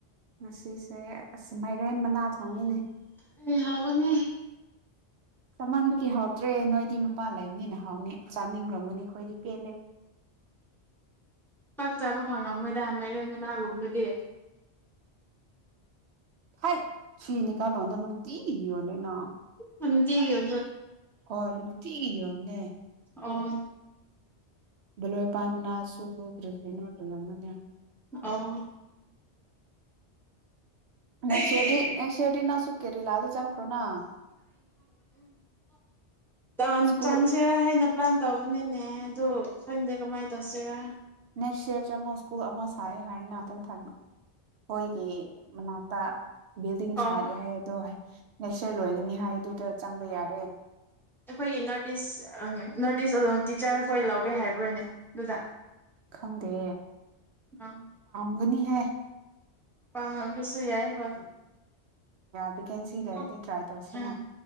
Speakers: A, on the right; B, in the centre.
A: ꯉꯁꯤꯁꯦ ꯑꯁ ꯃꯥꯏꯔꯦꯟ ꯃꯅꯥ ꯊꯣꯡꯉꯤꯅꯦ
B: ꯑꯩ ꯍꯥꯎꯕꯅꯦ
A: ꯆꯃꯕꯒꯤ ꯍꯥꯎꯇ꯭ꯔꯦ ꯅꯣꯏꯗꯤ ꯃꯄꯥꯟ ꯂꯩꯕꯅꯤꯅ ꯍꯥꯎꯅꯤ ꯆꯥꯅꯤꯡꯈ꯭ꯔꯝꯒꯅꯤ ꯑꯩꯈꯣꯏꯗꯤ ꯄꯦꯜꯂꯦ
B: ꯄꯥꯛ ꯆꯥꯕ ꯐꯪꯉꯝꯃꯣꯏꯗ ꯃꯩꯔꯦꯟ ꯃꯅꯥꯒꯨꯝꯗꯨꯗꯤ
A: ꯐꯩ ꯁꯤꯏꯅꯤ ꯀꯜꯂꯣꯅ ꯇꯤ ꯍꯂꯅ
B: ꯍꯇꯤ ꯌ
A: ꯍꯣꯏ ꯅꯨꯡꯇꯤꯒꯤ ꯌꯣꯟꯅꯦ
B: ꯑꯣ
A: ꯕꯂꯣꯏ ꯄꯥꯏ ꯃꯅꯥꯁꯨꯈ꯭ꯔ ꯀ꯭ꯔꯤ ꯀ꯭ꯔꯤꯅꯣ ꯌꯣꯟꯒꯅꯤ
B: ꯑꯣ ꯎꯝ
A: ꯅꯦꯛꯁ
B: ꯑꯦ
A: ꯌꯔꯗꯤ ꯅꯦꯛꯁ ꯌꯔꯗꯤ ꯅꯪꯁꯨ ꯀꯦꯔꯦꯂꯥꯗ ꯆꯪꯈ꯭ꯔꯣꯅ
B: ꯎꯝ
A: ꯁ꯭ꯀꯨꯜ
B: ꯆꯥꯡ ꯁꯦ ꯍꯥꯏꯅ ꯄ꯭ꯂꯥꯟ ꯇꯧꯕꯅꯤꯅꯦ ꯑꯗꯨ ꯈꯪꯗꯦ ꯀꯃꯥꯏꯅ ꯇꯧꯁꯤꯔ
A: ꯅꯦꯛꯁ ꯌꯔ ꯆꯪꯉꯨ ꯁ꯭ꯀꯨꯜ ꯑꯃ ꯁꯥꯏ ꯍꯥꯏꯅ ꯉꯥꯛꯇꯟ ꯑꯩꯈꯣꯏꯒꯤ ꯃꯅꯥꯛꯇ ꯕꯤꯜꯗꯤꯡ
B: ꯑꯣ
A: ꯁꯥꯔꯤ ꯍꯥꯏꯗꯣ ꯅꯦꯛꯁ ꯏꯌꯥꯔ ꯂꯣꯏꯒꯅꯤ ꯍꯥꯏꯗꯨꯗ ꯆꯪꯕ ꯌꯥꯔꯦ
B: ꯑꯩꯈꯣꯏꯒꯤ ꯅꯣꯔꯠ ꯏꯁ ꯅꯣꯔꯠ ꯏꯁ ꯑꯣꯂꯝ ꯇꯤꯆꯔ ꯍꯈꯣꯏ ꯂꯧꯒꯦ ꯍꯥꯏꯕ꯭ꯔꯅꯦ ꯑꯗꯨꯗ
A: ꯈꯪꯗꯦ
B: ꯑ
A: ꯎꯪꯒꯅꯤ ꯍꯥꯏ
B: ꯄꯁꯨ ꯌꯥꯏ ꯍꯣꯏ
A: ꯚꯦꯀꯦꯟꯁꯤ ꯂꯩꯔꯗꯤ
B: ꯎꯝ
A: ꯇ꯭ꯔꯥꯏ ꯇꯧꯁꯦꯅ